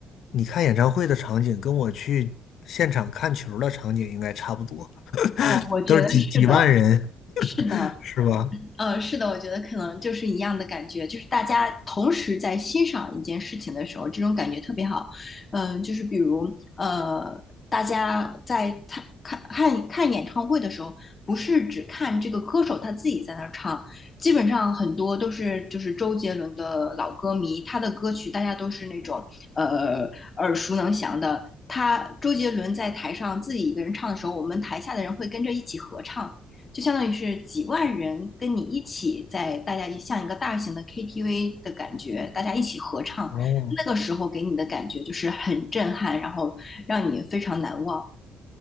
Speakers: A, on the left (about 70°); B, on the left (about 35°).
A: 你看演唱会的场景跟我去现场看球儿的场景应该差不多，
B: 哦，我觉得是的，
A: 都是几几万人，
B: 是的。
A: 是吧？
B: 呃，是的，我觉得可能就是一样的感觉，就是大家同时在欣赏一件事情的时候，这种感觉特别好。嗯、就是比如呃，大家在看看看看演唱会的时候，不是只看这个歌手他自己在那儿唱，基本上很多都是就是周杰伦的老歌迷，他的歌曲大家都是那种呃耳熟能详的。他周杰伦在台上自己一个人唱的时候，我们台下的人会跟着一起合唱，就相当于是几万人跟你一起在大家像一个大型的 KTV 的感觉，大家一起合唱，
A: 哦，
B: 那个时候给你的感觉就是很震撼，然后让你非常难忘。